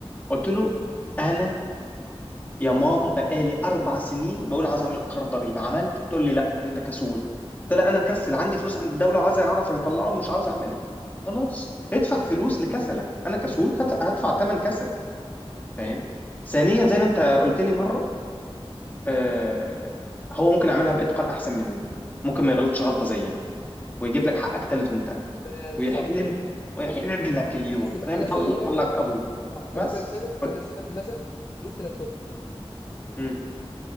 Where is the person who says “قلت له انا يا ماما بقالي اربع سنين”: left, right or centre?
Left